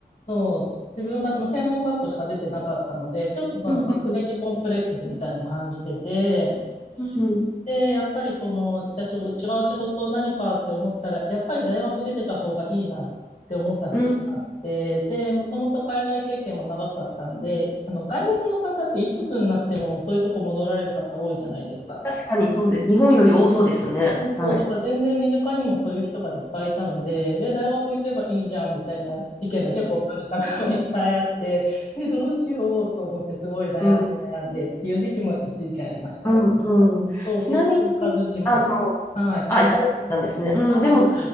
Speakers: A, on the left; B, on the left.
A: そう、自分がその専門学校しか出てなかったので、ちょっとその学歴コンプレックスみたいなのを感じてて、
B: うんうん
A: で、やっぱりその、じゃあ仕事、違う仕事何かって思ったら、やっぱり大学出てた方がいいなって思った節があって、
B: うん
A: で、もともと海外経験も長かったんで、あの、外国の方っていくつになってもそういうとこ戻られる方多いじゃないですか。
B: 確かにそうです。日本より多そうですね。
A: そうそう、
B: はい。
A: だから全然身近にもそういう人がいっぱいいたので、え、大学行けばいいじゃんみたいな意見が結構周りからもいっぱいあって、え、どうしようと思ってすごい悩んで悩んでっていう時期も一時期ありました。
B: うんうんうん。
A: そう、
B: ちなみに、
A: 結局行かずじまい。
B: あの、
A: はい。
B: あ、行かなかったんですね。うん、
A: そうなんです。
B: でも、